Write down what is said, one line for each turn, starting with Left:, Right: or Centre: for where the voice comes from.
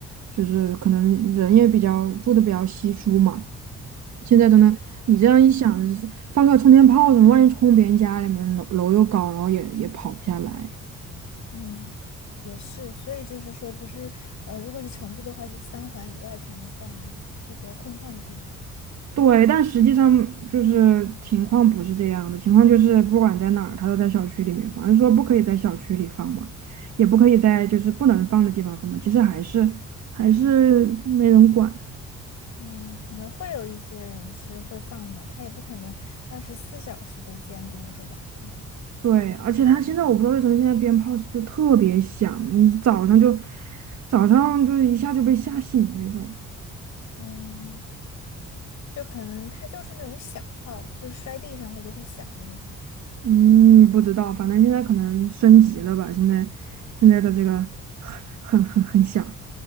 Right: 就是可能人也比较住的比较稀疏嘛。现在真的，你这样一想，就是放个冲天炮什么，万一冲别人家里面楼楼又高，然后也也跑不下来。
Left: 嗯，也是，所以就是说，不是呃，如果是成都的话，就是三环以外才能放嘛，就比较空旷的地方。
Right: 对，但实际上就是情况不是这样的，情况就是不管在哪儿，它都在小区里面放，就是说不可以在小区里放嘛，也不可以在就是不能放的地方放嘛，其实还是还是没人管。
Left: 嗯，可能会有一些人是会放嘛，他也不可能二十四小时都监督着吧，可能，
Right: 对，而且他现在我不知道为什么现在鞭炮是就特别响，你早上就早上就一下就被吓醒那种。
Left: 嗯，就可能他就是那种响炮，就是摔地上他就会响的那种。
Right: 嗯，不知道，反正现在可能升级了吧？现在现在的这个很很很很响，